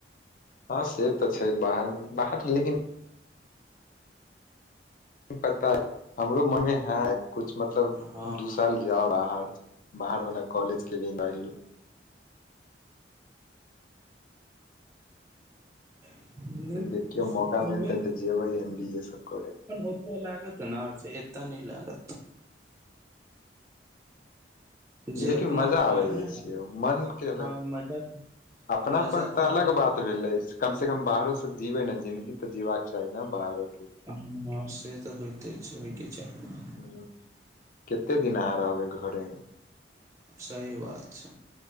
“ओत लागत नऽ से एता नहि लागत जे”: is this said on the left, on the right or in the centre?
Right